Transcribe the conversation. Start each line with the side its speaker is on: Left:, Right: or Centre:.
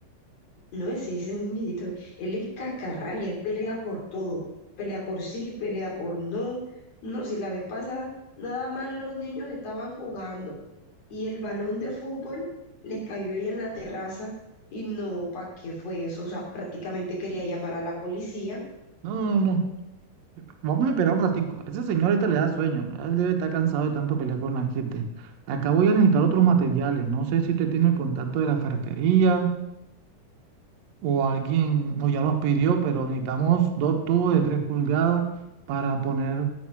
Left: No, ese, ese es un viejito, él es cascarrabia, él pelea por todo, pelea por sí, pelea por no. No, si la vez pasada, nada más los niños estaban jugando y el balón de fútbol les cayó ahí en la terraza y no, ¿para qué fue eso? O sea, prácticamente quería llamar a la policía.
Right: No, no, no. no. Vamos a esperar un ratico. Ese señor ahorita le da sueño. Él debe estar cansado de tanto pelear con la gente. Acá voy a necesitar otros materiales. No sé si usted tiene el contacto de la ferretería o alguien, o ya los pidió, pero necesitamos dos tubos de 3 pulgadas para poner